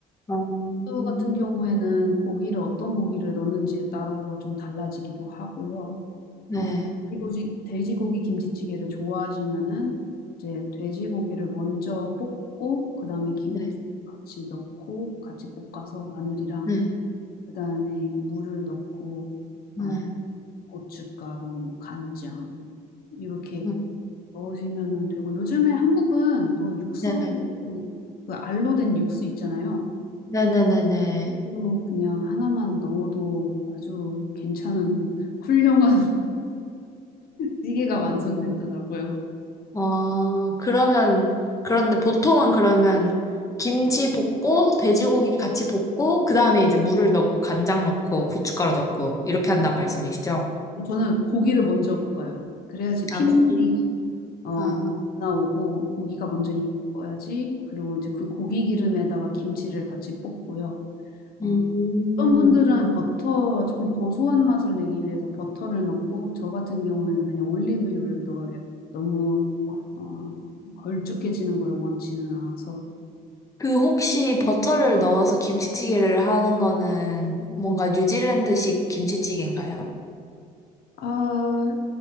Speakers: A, on the left; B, on the left.
A: 음.
B: 또 같은 경우에는 고기를 어떤 고기를 넣는지에 따라서 좀 달라지기도 하고요.
A: 네,
B: 어, 돼지고기, 돼지고기 김치찌개를 좋아하시면은 이제 돼지고기를 먼저 볶고 그다음에 김치
A: 네,
B: 같이 넣고 같이 볶아서 마늘이랑
A: 네,
B: 그다음에 물을 넣고
A: 네,
B: 어, 고춧가루, 뭐 간장 이렇게
A: 네,
B: 넣으시면은 되고 요즘에 한국은 또 육수
A: 네,
B: 그 알로 된 육수 있잖아요.
A: 네, 네, 네. 네.
B: 그걸로 그냥 하나만 넣어도 아주 괜찮은 <laughs> 훌륭한 찌개가 완성됐더라고요.
A: 어, 그러면, 그런데 보통은 그러면 김치 볶고, 돼지고기 같이 볶고, 그 다음에 이제 물을 넣고, 간장 넣고, 고춧가루 넣고, 이렇게 한는 말씀이시죠?
B: 어, 저는 고기를 먼저 볶아요. 그래야지 핏물이
A: 아, 고기.
B: 어,
A: 아,
B: 나오고 고기가 먼저 익어야지. 그리고 이제 그 고기 기름에다가 김치를 같이 볶고요. 어,
A: 음.
B: 어떤 분들은 버터, 조금 고소한 맛을 내기 위해서 버터를 넣고, 저 같은 경우에는 그냥 올리브유를 넣어요. 너무, 어, 걸쭉해지는 걸 원치는 않아서.
A: 그 혹시 버터를 넣어서 김치찌개를 하는 거는 뭔가 뉴질랜드식 김치찌개인가요?
B: 아,